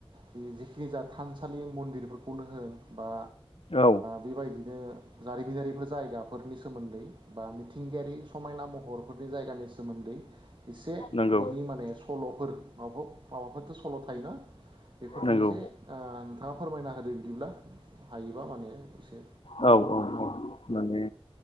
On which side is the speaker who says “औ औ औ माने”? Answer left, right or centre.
Left